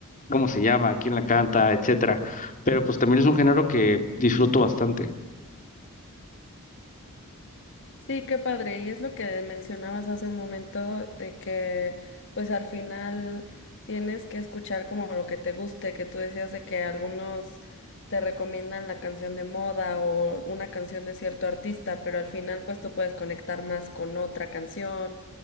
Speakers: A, on the left; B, on the left.
A: cómo se llama, quién la canta, etcétera. Pero pues también es un género que disfruto bastante.
B: Sí, qué padre. Y es lo que mencionabas hace un momento, de que pues al final tienes que escuchar como lo que te guste, que tú decías de que algunos te recomiendan la canción de moda o una canción de cierto artista, pero al final pues tú puedes conectar más con otra canción